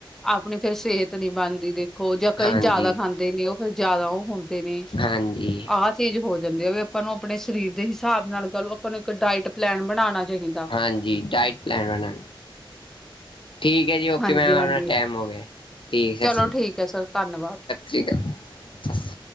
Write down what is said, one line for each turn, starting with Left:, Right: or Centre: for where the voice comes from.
Centre: ਆਪਣੀ ਫੇਰ ਸਿਹਤ ਨੀਂ ਬਣਦੀ ਦੇਖ ਖੋ ਜਾਂ ਕਈ
Left: ਹਾਂਜੀ
Centre: ਜਿਆਦਾ ਖਾਂਧੇ ਨੇ, ਉਹ ਫੇਰ ਜਿਆਦਾ ਉਹ ਹੁੰਦੇ ਨੇ,
Left: ਹਾਂਜੀ
Centre: ਆਹ ਚੀਜ਼ ਹੋ ਜਾਂਦੀ ਆ, ਵੀ ਆਪਾਂ ਨੂੰ ਆਪਣੇ ਸਰੀਰ ਦੇ ਹਿਸਾਬ ਨਾਲ ਕਰੋ, ਆਪਾਂ ਨੂੰ ਇੱਕ ਡਾਇਟ ਪਲੈਨ ਬਣਾਉਣਾ ਚਾਹੀਦਾ।
Left: ਹਾਂਜੀ, ਡਾਇਟ ਪਲੈਨ। ਠੀਕ ਏ ਜੀ, ਓਕੇ
Centre: ਹਾਂਜੀ-ਹਾਂਜੀ
Left: ਮੈਮ, ਟਾਈਮ ਹੋ ਗਿਆ, ਠੀਕ
Centre: ਚਲੋ
Left: ਸਸ
Centre: ਠੀਕ ਹੈ ਸਰ ਧੰਨਵਾਦ
Left: ਸ੍ਰੀ। <unintelligible>